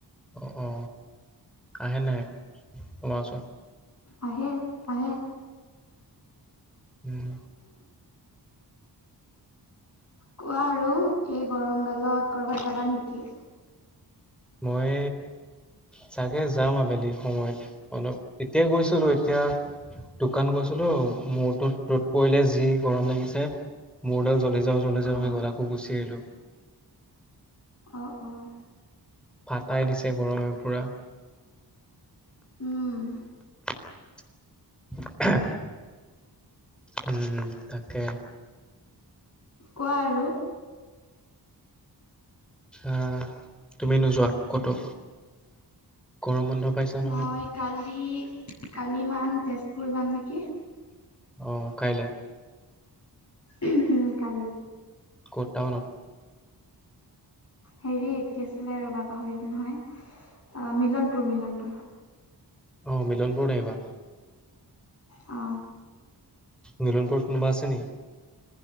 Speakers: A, in the centre; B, on the left (about 45°).
A: অ অ আহে নাই তোমাৰ ওচৰত?
B: আহে, আহে।
A: উম।
B: কোৱা আৰু এই গৰম কালত কৰবাত যাবা নেকি?
A: মই চাগে যাম আবেলি সময়ত অলপ এতিয় গৈছিলো এতিয়া দোকান গৈছিলো মূৰটোত কৰিলে যি গৰম লাগিছে মূডাল জ্বলি যাওঁ জ্বলি যাওঁ
B: অ'
A: হৈ গ'লাকো গুচি আহিলোঁ।
B: অঁ, অঁ,।
A: ফাটাই দিছে গৰমে পুৰা।
B: উম।
A: <unintelligible> উম, তাকে।
B: কোৱা আৰু?
A: আহ তুমি নোযোৱা ক'তো? গৰম বন্ধ পাইছা নহয়
B: মই কালি কালিমান তেজপুৰ যাম নেকি।
A: অ, কাইলৈ?
B: উম, কালি।
A: ক'ত টাউনত?
B: হেৰি এ কি আছিলে ৰবা পাহৰিল নহয় অ, মিলনপুৰ মিলনপুৰ।
A: আহ মিলনপুৰ আহিবা।
B: অ।
A: মিলনপুৰত কোনোবা আছে নি?